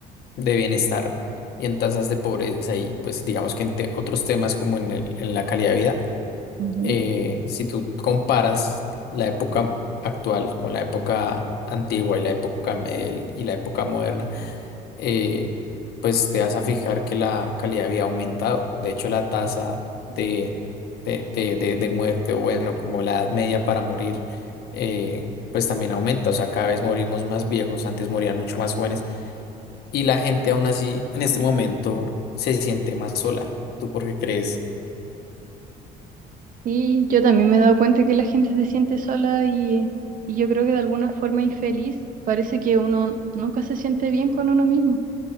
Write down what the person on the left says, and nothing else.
de bienestar y en tasas de pobreza y pues digamos que en te- otros temas como en el- en la calidad de vida,
eh, si tú comparas la época actual con la época antigua y la época medieval y la época moderna, eh, pues te vas a fijar que la calidad había aumentado. De hecho, la tasa de, de, de- de- de muerte, o bueno, como la edad media para morir, eh, pues también aumenta. O sea, cada vez morimos más viejos, antes morían mucho más jóvenes y la gente aún así en este momento se siente más sola. ¿Tú por qué crees?